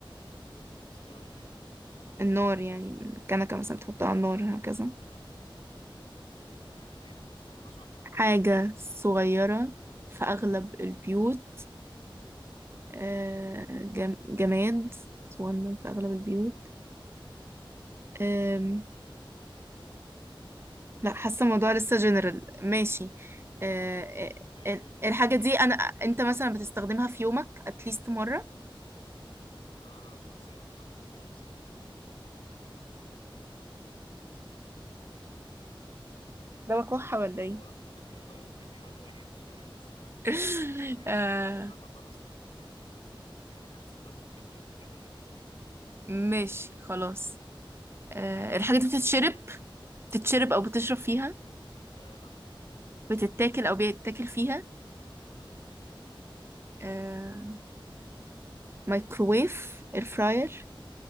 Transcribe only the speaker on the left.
بتستخدم ايه
آه
لا مفه- يعني ما بستخدمهاش على النار
لا
مم.
اه حاولي تضيقي
ال-
انا شخصيا لا خالص يعني
هو الموضوع ممكن يبان غريب شوية بس لا
يعني عشان
انا قلت لا خالص فممكن يبان آه، يعني حاسس ان ده ممكن ي- يتوهك يعني
كأنك
ما سمعتيش
السؤال يعني
آه لا
لا
<laughs>